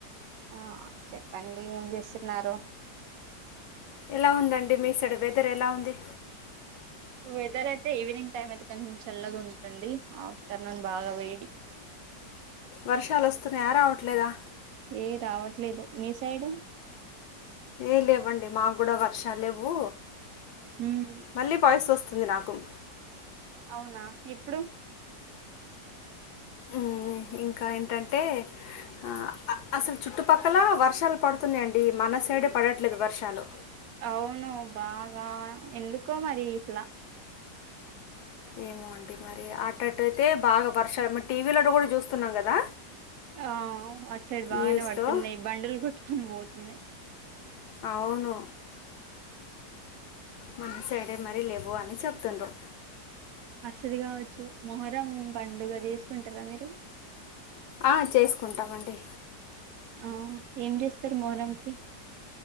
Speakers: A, on the right (about 60°); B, on the left (about 70°).
A: ఆ చెప్పండి ఏం చేస్తున్నారు
B: ఎలా ఉందండి మీసైడ్ వెదర్ ఎలా ఉంది
A: వెదర్ అయితే ఈవినింగ్ టైం అయితే కొంచెం చల్లగా ఉంటుంది ఆఫ్టర్నూన్ బాగా వేడి
B: వర్షాలు వస్తున్నాయా రావట్లేదా
A: ఏ రావట్లేదు మీ సైడ్
B: ఏ లేవ్వండి మాకూడా వర్షాలు లేవు
A: ఉమ్
B: మళ్ళీ వాయిస్ వస్తుంది నాకు
A: అవునా ఇప్పుడు
B: ఉమ్మ్ ఇంకా ఏంటంటే ఆ అసలు చుట్టుపక్కల వర్షాలు పడుతున్నాయండి మన సైడే పడట్లేదు
A: ప
B: వర్షాలు
A: అవును బాగా ఎందుకో మరి ఇట్లా
B: ఏమో అండి మరి అటట్టుయితే బాగా వర్షాలు మరి టీవీలో కూడా చూస్తున్నాం కదా
A: ఆ అటు సైడ్ బాగానే
B: న్యూస్లో
A: పడుతున్నాయి బండలు కొట్టుకొని పోతున్నాయ్
B: అవును మన సైడే మరీ లేవో అని చెప్తుండ్రు
A: అస్తది కావచ్చు మొహరం పండుగ చేసుకుంటారా మీరు
B: ఆ చేసుకుంటమండి
A: ఆ ఏం చేస్తారు మొహరంకి